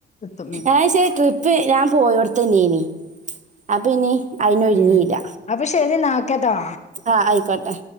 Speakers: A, on the left (about 35°); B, on the right (about 40°).
A: എത്തും ഉം
B: ആഹ് ശെ ട്രി പ്പ് ഞാൻ പോയടത്തന്നെനീ അപ്പനി അയ്നൊരിങ്ങീല്ല
A: ഉം അപ്പൊ ശരിന്നാ ഓകെട്ടോ
B: ആഹ് അയിക്കോട്ടെ